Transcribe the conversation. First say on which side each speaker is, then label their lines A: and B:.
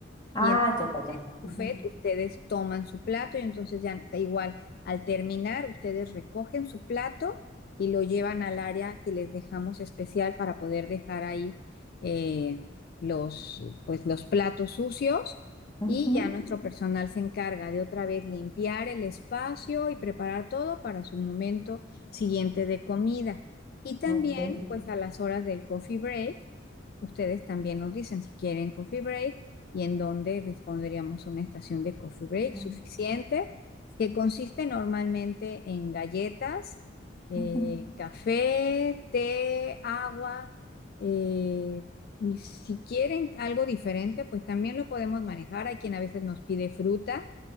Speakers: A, on the left (about 25°); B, on the left (about 50°).
A: Ah,
B: Y
A: ya, ya, ya.
B: buffet,
A: Ujú,
B: ustedes toman su plato y entonces ya da igual al terminar, ustedes recogen su plato y lo llevan al área que les dejamos especial para poder dejar ahí eh, los, pues, los platos sucios
A: ujú,
B: y ya nuestro personal se encarga de otra vez limpiar el espacio y preparar todo para su momento siguiente de comida. Y también,
A: ok,
B: pues a las horas del coffee break, ustedes también nos dicen si quieren coffee break y en donde les pondríamos una estación de coffee break
A: ujú,
B: suficiente, que consiste normalmente en galletas, eh,
A: ujú,
B: café, té, agua, eh, y si quieren algo diferente, pues también lo podemos manejar. Hay quien a veces nos pide fruta